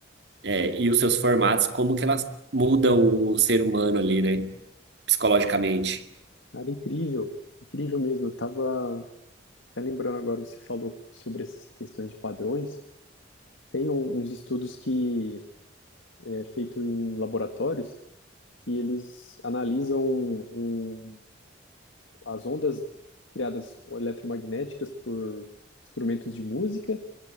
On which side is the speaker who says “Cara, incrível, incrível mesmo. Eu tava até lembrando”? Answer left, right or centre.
Left